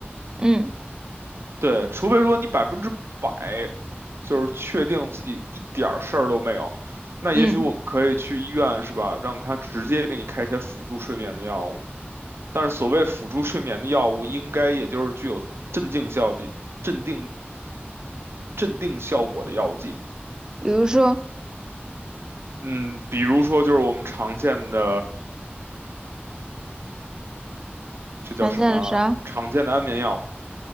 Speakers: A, on the right; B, on the right.
A: 嗯。
B: 对，除非说你百分之百就是确定自己一点儿事儿都没有，那也许我们可以去医院，
A: 嗯，
B: 是吧？让他直接给你开一些辅助睡眠的药物。但是所谓辅助睡眠的药物，应该也就是具有镇静效剂、镇定、镇定效果的药剂。
A: 比如说
B: 嗯，比如说就是我们常见的，这叫什么？
A: 常见的啥？
B: 常见的安眠药，